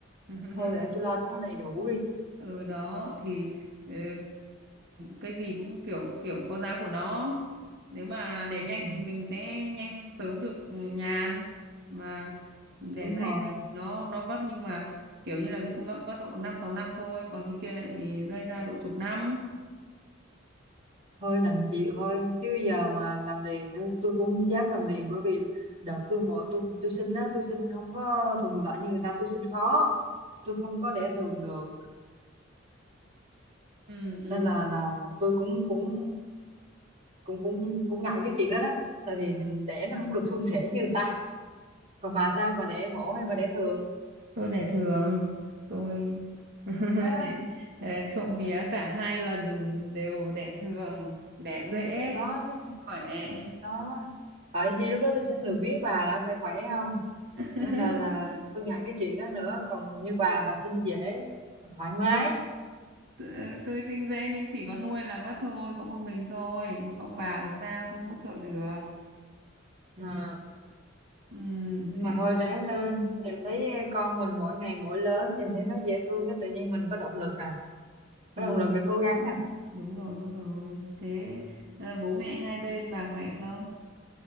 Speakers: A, on the right; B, on the right.
A: <laughs>
B: thôi để tôi lo cho nó đầy đủ đi
A: ừ đó thì ừ, cái gì cũng kiểu kiểu có giá của nó nếu mà đẻ
B: ừ
A: nhanh thì mình sẽ nhanh sớm được nhàn mà đẻ
B: đúng
A: dày
B: rồi
A: thì nó nó vất nhưng mà kiểu như là ví dụ mất- vất độ năm sáu năm thôi còn như kia lại dây ra độ chục năm
B: thôi đành chịu thôi chứ giờ mà làm liền nữa tôi cũng không dám làm liền bởi vì đợt tôi bỏ tôi tôi xin á tôi xin không có thuận lợi như người ta tôi xin khó tôi không có đẻ thường được
A: ừ ừ
B: nên là là tôi cũng cũng cũng cũng cũng ngại cái chuyện đó đó tại vì mình đẻ nó không được suôn sẻ như người ta còn bà sao bà đẻ mổ hay bà đẻ thường
A: tôi để thường tôi <laughs>
B: à,
A: để, để trộm vía cả hai lần đều đẻ thường đẻ dễ
B: đó đấy,
A: khỏe
B: đó phải gì lúc đó tôi xin được biết bà là phải khỏe không
A: <laughs>
B: nên là là tôi ngại cái chuyện đó nữa còn như bà bà xin dễ thoải mái
A: Tự- tôi sinh dễ nhưng chỉ có nuôi là vắt thôi có một mình thôi ông bà ở xa không hỗ trợ được
B: à,
A: ừ,
B: nhưng
A: thế
B: mà thôi ráng lên nhìn thấy con mình mỗi ngày mỗi lớn nhìn thấy nó dễ thương cái tự nhiên mình có động lực à
A: ờ,
B: có động lực để cố gắng à
A: đúng rồi đúng rồi thế ờ, bố mẹ hai bên bà khỏe không